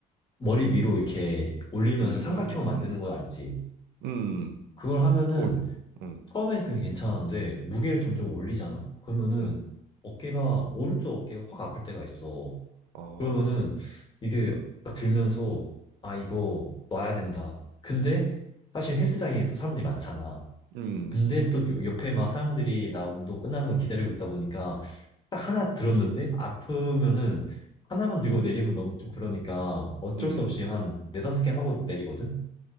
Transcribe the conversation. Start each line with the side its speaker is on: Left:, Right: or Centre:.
Left: 머리 위로 이렇게 올리면서
Right: 음.
Left: 삼각형 만드는
Right: 음.
Left: 거 알지?
Right: 음.
Left: 그걸 하면은
Right: 오, 음,
Left: 처음에는 그게 괜찮은데 무게를 점점
Right: 음,
Left: 올리잖아? 그러면은
Right: 음.
Left: 어깨가, 오른쪽 어깨가 확 아플 때가 있어.
Right: 아,
Left: 그러면은 이게 딱 들면서 아, 이거 놔야 된다. 근데 사실 헬스장에 또 사람들이 많잖아.
Right: 음,
Left: 근데 또 옆에 막 사람들이 나 운동 끝나는 걸 기다리고 있다 보니까 딱 하나 들었는데 아프면은 하나만 들고 내리면 너무 좀 그러니까 어쩔
Right: 음,
Left: 수 없이 한 네다섯 개 하고 내리거든?